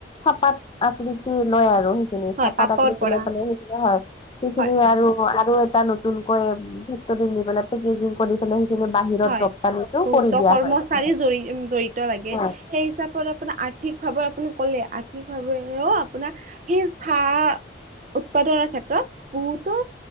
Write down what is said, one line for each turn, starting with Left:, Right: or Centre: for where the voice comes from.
Left: চাপাত আকৃতি লয় আৰু খিনি
Right: হয়
Left: চাহপাত
Right: পাটৰ
Left: আকূতি
Right: পৰা
Left: লৈ পেলাই সেইখিনি হয়। সেইখিনি
Right: হয় হয় হয়
Left: আৰু টা নতুনকৈ ফেক্টৰীত নি পেলাই পেকেজিং কৰি পেলাই সেইখিনি বাহিৰত
Right: হয়,
Left: ৰপ্তানিটো
Right: বহুতো
Left: কৰি দিয়া
Right: কৰ্মচাৰী
Left: হয় মানে
Right: জৰি জড়িত লাগে।
Left: হয়
Right: সেই হিচাপত আপোনাৰ আৰ্থিকভাৱে আপুনি ক'লে, আৰ্থিকভাৱেও আপোনাৰ সেই চাহ উৎপাদনৰ ক্ষেত্ৰত বহুতো